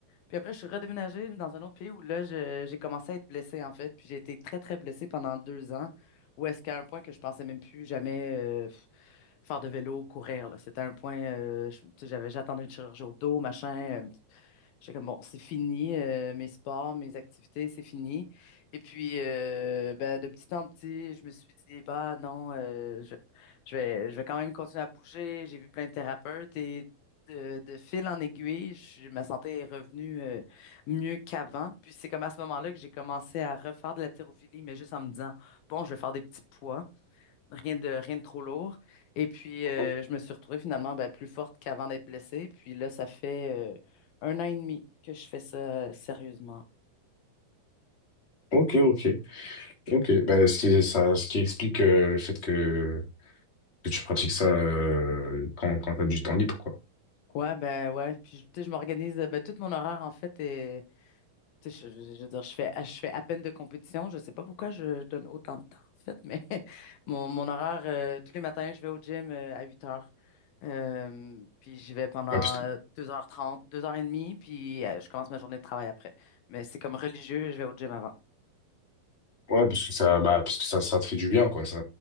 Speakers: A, on the left; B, on the left.
A: Puis après, je suis redéménagée dans un autre pays où là, je- j'ai commencé à être blessée, en fait. Puis j'ai été très, très blessée pendant deux ans, où est-ce qu'à un point que je pensais même plus jamais faire de vélo, courir, là. C'était un point, euh, je- tu sais, j'avais, j'attendais une chirurgie au dos, machin. euh, J'étais comme, bon, c'est fini, euh, mes sports, mes activités, c'est fini. Et puis, euh, ben, de petit en petit, je me suis dit, bah non, euh, je, je vais, je vais quand même continuer à bouger. J'ai vu plein de thérapeutes et de, de fil en aiguille, je- ma santé est revenue euh, mieux qu'avant. Puis c'est comme à ce moment-là que j'ai commencé à refaire de la thérophilie, mais juste en me disant, bon, je vais faire des petits poids. Rien de, rien de trop lourd. Et puis, euh,
B: Mhm.
A: je me suis retrouvée finalement ben, plus forte qu'avant d'être blessée. Puis là, ça fait euh, un an et demi que je fais ça euh, sérieusement.
B: Ok, ok, ok. Bah, ce qui, ça, ce qui explique euh, le fait que, que tu pratiques ça euh, quand, quand t'as du temps libre, quoi.
A: Ouais, ben ouais. Puis, tu sais, je m'organise. euh, Ben, tout mon horaire, en fait, est, tu sais, je, je- je veux dire, je fais, je fais à peine de compétition. Je sais pas pourquoi je, je donne autant de temps, en fait, mais <laughs> mon, mon horaire, euh, tous les matins, je vais au gym euh, à 8 heures. Euh, puis j'y vais pendant
B: Bah, parce que,
A: euh, 2h30, 2h30, puis euh, je commence ma journée de travail après. Mais c'est comme religieux, je vais au gym avant.
B: ouais, parce que ça, bah, parce que ça, ça te fait du bien, quoi. Ça,